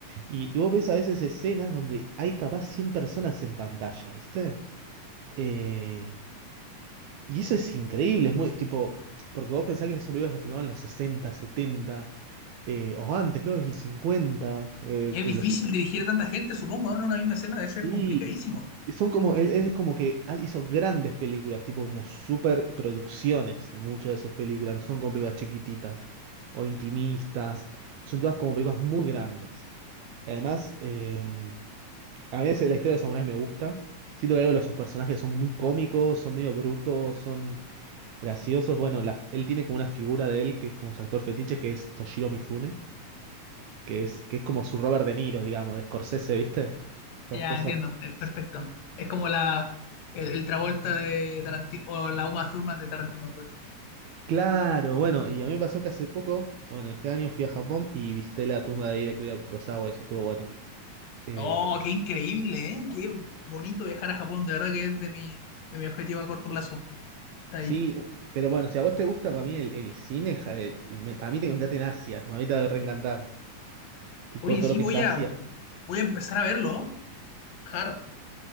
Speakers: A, on the right; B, on the left.
A: Y, y vos ves a veces escenas donde hay capaz 100 personas en pantalla, ¿viste? Eh, y eso es increíble, es muy tipo, porque vos pensás que ese películas se filmaban en los 60 70 eh, o antes, creo que es el 50 eh,
B: Y es
A: en
B: difícil
A: los...
B: dirigir a tanta gente, supongo, ¿no? en una misma escena debe ser
A: Sí,
B: complicadísimo.
A: Y Son como, él, él es como que ha- hizo grandes películas, tipo como super producciones en muchas de sus películas, no son como películas chiquititas o intimistas, son todas como películas muy grandes. Además, eh, a veces la historia de los samuráis me gusta, siento que algo de sus personajes son muy cómicos, son medio brutos, son graciosos. Bueno, la- él tiene como una figura de él que es como su actor fetiche, que es Toshiro Mifune, que es, que es como su Robert De Niro, digamos, de Scorsese, ¿viste? Esas
B: Ya
A: cosas.
B: entiendo, es perfecto. Es como la el, el Travolta de Tarantino, o la Uma Thurman de Tarantino, mejor dicho.
A: Claro, bueno, y a mí me pasó que hace poco, bueno, este año fui a Japón y visité la tumba de Ida, creo, Kurosawa, eso estuvo bueno. Eh,
B: Oh, qué increíble, ¿eh? Qué bonito viajar a Japón, de verdad que es de mi, de mi objetivo a corto plazo. Está
A: sí,
B: ahí.
A: pero bueno, si a vos te gusta, para mí el, el cine, ja, eh, y me- para mí tenés que meterte en Asia, para mí te va a reencantar. Tipo
B: Oye,
A: todo
B: sí,
A: lo que
B: voy
A: es Asia.
B: a, voy a empezar a verlo, ¿eh? Hard.